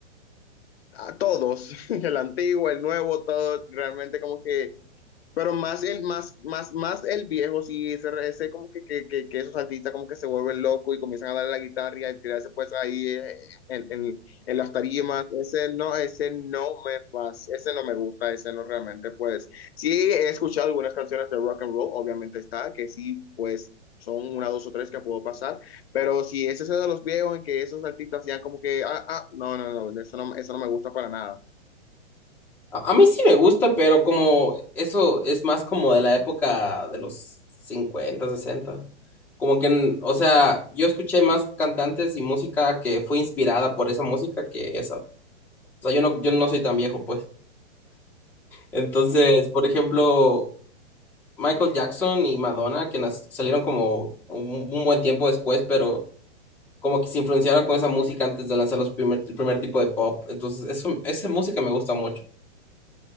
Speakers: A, on the left; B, in the centre.
A: a todos, <laughs> el antiguo, el nuevo, todo, realmente como que Pero más el, más, más, más el viejo, sí, ese, ese como que, que, que, que esos artistas como que se vuelven locos y comienzan a darle la guitarra y a tirarse pues ahí eh, en, en, en las tarimas. Ese no, ese no me pasa, ese no me gusta, ese no realmente pues. Sí, he escuchado algunas canciones de rock and roll, obviamente está, que sí, pues son una, dos o tres que puedo pasar, pero si ese es ese de los viejos en que esos artistas ya como que, ah, ah, no, no, no, eso no, eso no me gusta para nada.
B: A, a mí sí me gusta, pero como eso es más como de la época de los cincuenta sesenta Como que, n- o sea, yo escuché más cantantes y música que fue inspirada por esa música que esa. O sea, yo no, yo no soy tan viejo, pues. Entonces, por ejemplo, Michael Jackson y Madonna, que nas- salieron como un un buen tiempo después, pero... como que se influenciaron con esa música antes de lanzar los primer, el primer tipo de pop. Entonces, eso, esa música me gusta mucho.